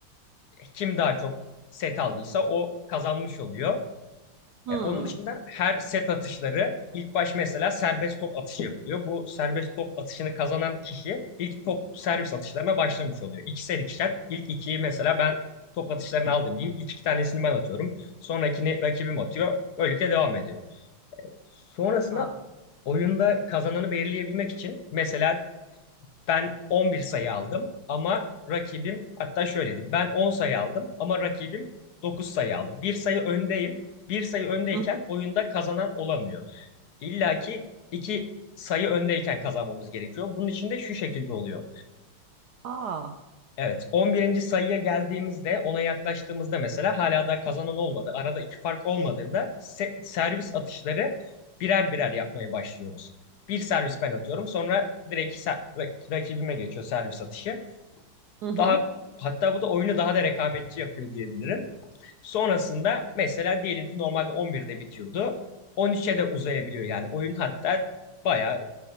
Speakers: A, on the left; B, on the right.
A: kim daha çok set aldıysa o kazanmış oluyor.
B: Hmm.
A: E, onun dışında her set atışları ilk baş mesela serbest top atışı yapılıyor. Bu serbest top atışını kazanan kişi ilk top servis atışlarına başlamış oluyor. İkişer ikişer ilk ikiyi mesela ben top atışlarını aldım diyeyim. İlk iki tanesini ben atıyorum. Sonrakini rakibim atıyor. Böylelikle devam ediyor. Sonrasında
B: Aa.
A: oyunda kazananı belirleyebilmek için mesela ben 11 sayı aldım ama rakibim hatta şöyle diyeyim. Ben 10 sayı aldım ama rakibim 9 sayı aldı. Bir sayı öndeyim. Bir sayı öndeyken
B: Hı hı.
A: oyunda kazanan olamıyor. İlla ki iki sayı öndeyken kazanmamız gerekiyor. Bunun için de şu şekilde oluyor.
B: Aa.
A: Evet, on birinci sayıya geldiğimizde, ona yaklaştığımızda mesela hala da kazanan olmadı. Arada iki fark olmadığında se- servis atışları birer birer yapmaya başlıyoruz. Bir servis ben atıyorum, sonra direkt ser- rak- rakibime geçiyor servis atışı.
B: Hı hı.
A: Daha hatta bu da oyunu daha da rekabetçi yapıyor diyebilirim. Sonrasında mesela diyelim ki normalde on birde bitiyordu. on üçe de uzayabiliyor yani oyun hatta bayağı